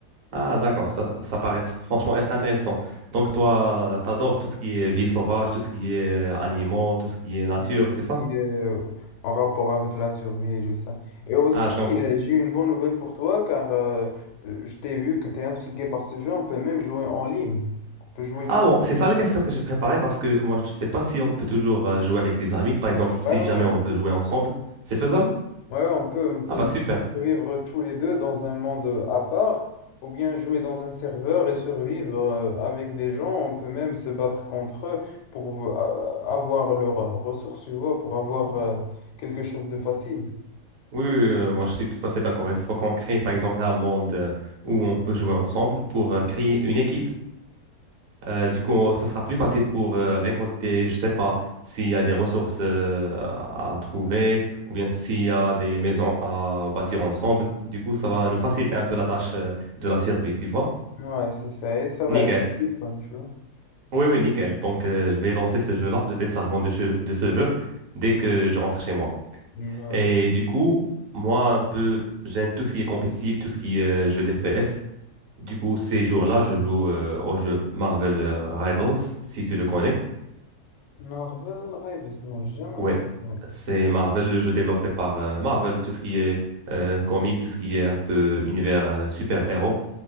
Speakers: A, on the right; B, on the left.
A: Ah, d'accord, ça, ça paraît être- franchement être intéressant. Donc, toi, t'adores tout ce qui est vie sauvage, tout ce qui est animaux, tout ce qui est nature,
B: euh,
A: c'est ça?
B: qui, euh, en rapport avec la survie et tout ça. Et aussi,
A: Ah, je comprends.
B: euh, j'ai une bonne nouvelle pour toi car euh, euh, je t'ai vu que tu es intrigué par ce jeu. On peut même jouer en ligne. On peut jouer
A: Ah
B: tous
A: bon, c'est
B: les
A: ça la question
B: deux.
A: que j'ai préparée parce que moi, je sais pas si on peut toujours euh, jouer avec des amis. Par exemple, si
B: Ouais, ouais,
A: jamais
B: on
A: on veut
B: peut,
A: jouer ensemble, c'est faisable?
B: ouais, on peut, on peut
A: Ah, bah super.
B: vivre tous les deux dans un monde à part ou bien jouer dans un serveur et survivre euh, avec des gens. On peut même se battre contre eux pour vo- euh, avoir leurs ressources, tu vois, pour avoir euh, quelque chose de facile.
A: Oui, oui, oui, euh, moi, je suis tout à fait d'accord. Il faut qu'on crée, par exemple, un monde euh, où on peut jouer ensemble pour euh, créer une équipe. Euh, du coup, on- ça sera plus facile pour euh, récolter, je sais pas, s'il y a des ressources euh, à à trouver ou bien s'il y a des maisons à bâtir ensemble. Du coup, ça va nous faciliter un peu la tâche euh, de la survie, tu vois?
B: Ouais, c'est ça. Et ça va
A: Nickel.
B: être plus fun, tu vois.
A: Oui, oui, nickel. Donc, euh, je vais lancer ce jeu-là, le téléchargement de, ce- de ce jeu, dès que je rentre chez moi.
B: Euh,
A: Et du coup, moi, un peu, j'aime tout ce qui est compétitif, tout ce qui est euh, jeu d'FPS. Du coup, ces jours-là, je joue euh, au jeu Marvel euh, Rivals, si tu le connais.
B: Marvel Rivals, non, j'ai jamais entendu
A: Ouais,
B: parler.
A: c'est Marvel, le jeu développé par euh, Marvel, tout ce qui est euh, comique, tout ce qui est un peu univers euh, super-héros.